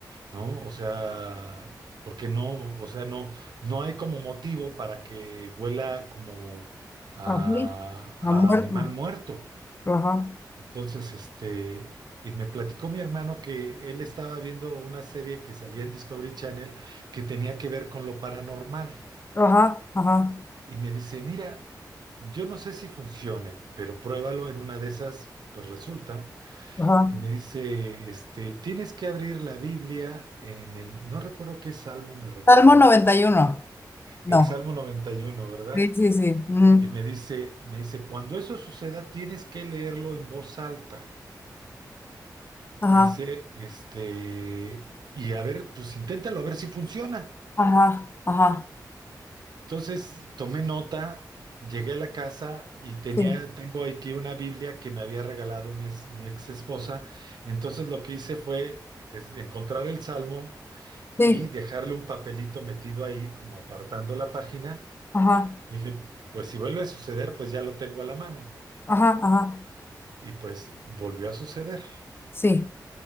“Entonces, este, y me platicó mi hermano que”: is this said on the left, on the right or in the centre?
Right